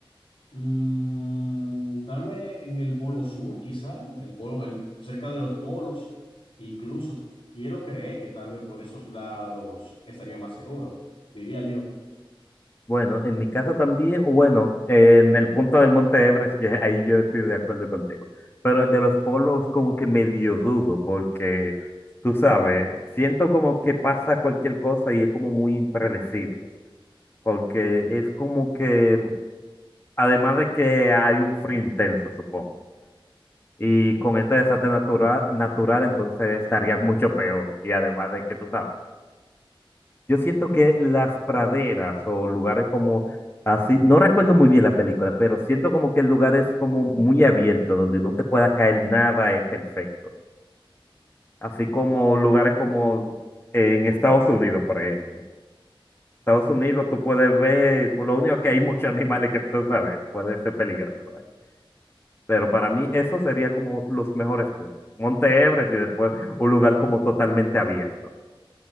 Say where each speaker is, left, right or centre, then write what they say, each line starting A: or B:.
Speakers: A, on the left (about 85°); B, on the left (about 25°).
A: Mm, tal vez en el polo sur, quizá, el polo, el, cerca de los polos, incluso quiero creer que tal vez por esos lados estaría más seguro, diría yo.
B: Bueno, en mi caso también, o bueno, eh, en el punto del Monte Everest, ya- ahí yo estoy de acuerdo contigo. Pero el de los polos como que medio dudo, porque tú sabes, siento como que pasa cualquier cosa y es como muy impredecible, porque es como que, además de que hay un frío intenso, supongo, y con este desastre natural, natural entonces estaría mucho peor, y además de que tú sabes. Yo siento que las praderas o lugares como así, no recuerdo muy bien la película, pero siento como que el lugar es como muy abierto, donde no te pueda caer nada, es perfecto. Así como lugares como en Estados Unidos, por ejemplo. Estados Unidos tú puedes ver, lo único que hay <laughs> muchos animales que tú sabes, puede ser peligroso. ¿eh? Pero para mí eso sería como los mejores puntos. Monte Everest y después un lugar como totalmente abierto.